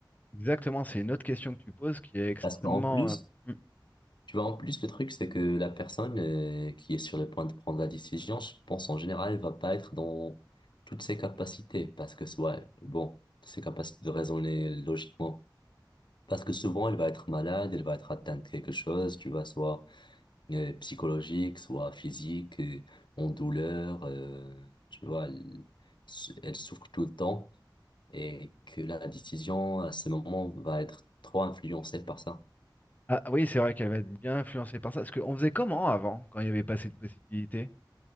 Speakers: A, on the left (about 20°); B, on the left (about 70°).
A: Exactement, c'est une autre question que tu poses qui est extrêmement...
B: Parce qu'en plus,
A: euh, hmm.
B: Tu vois, en plus, le truc, c'est que la personne euh, qui est sur le point de prendre la décision, je pense en général, elle va pas être dans toutes ses capacités, parce que, ouais, bon, ses capacités de raisonner logiquement. Parce que souvent, elle va être malade, elle va être atteinte de quelque chose, tu vois, soit euh, psychologique, soit physique, euh, en douleur, euh, tu vois, elle, elle souffre tout le temps, et que la décision, à ce moment, va être trop influencée par ça.
A: Ah oui, c'est vrai qu'elle va être bien influencée par ça, parce qu'on faisait comment avant, quand il n'y avait pas cette possibilité?